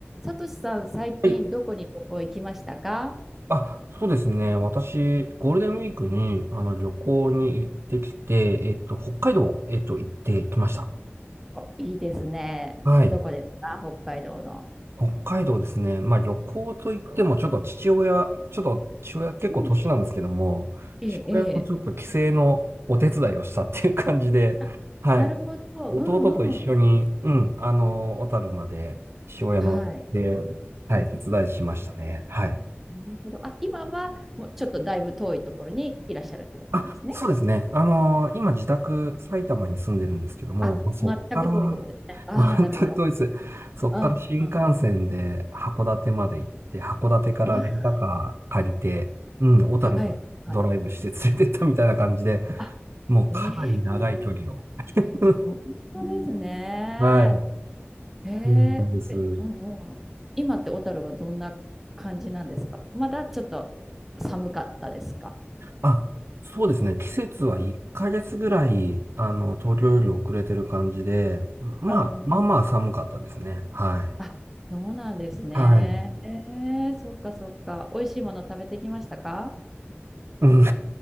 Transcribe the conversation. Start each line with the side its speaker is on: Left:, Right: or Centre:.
Centre: さとしさん、最近どこに旅行行きましたか
Right: はい。あ、そうですね。私、ゴールデンウィークに、あの、旅行に行ってきて、えっと、北海道、えっと、行ってきました。
Centre: お、いいですね。
Right: はい。
Centre: どこですか北海道の。
Right: 北海道ですね。まあ、旅行といっても、ちょっと父親、ちょっと父親結構年なんですけども、
Centre: うん。ええ、
Right: 父親もちょっと帰省のお手伝いをしたっていう感じで、
Centre: ええ。あ、
Right: はい。
Centre: なるほど。
Right: 弟と一緒に、
Centre: うんうん。
Right: うん、あの、小樽まで、父親の、
Centre: はい。
Right: で、はい、手伝いしましたね。はい。
Centre: なるほど。あ、今はもうちょっとだいぶ遠いところにいらっしゃるってことなんですね。
Right: あ、そうですね。あのー今自宅埼玉に住んでるんですけども、
Centre: あ、
Right: まあ、そこから、
Centre: 全く遠いところですね。
Right: <laughs>
Centre: ああ、
Right: まあ、全く遠いですそこから新幹線で函館まで行って、
Centre: なるほど。うん、うん。
Right: 函館からレンタカー借りて、
Centre: わ
Right: うん、小樽までドライブして連れてったみたいな感じで、
Centre: あはい、はい。あ、
Right: もうかなり長い距離を。
Centre: ええ、
Right: <laughs>
Centre: 本当ですね。
Right: はい、
Centre: へえ、
Right: そうなんです。
Centre: え、うんうん。今って小樽はどんな感じなんですかまだちょっと寒かったですか
Right: あ、そうですね。季節は1ヶ月ぐらい、あの、東京より遅れてる感じで、まあ、
Centre: うん。
Right: まあまあ寒かったですね。はい。
Centre: あ、そうなんですね。
Right: はい。
Centre: ええ、そっかそっか。美味しいもの食べてきましたか
Right: うん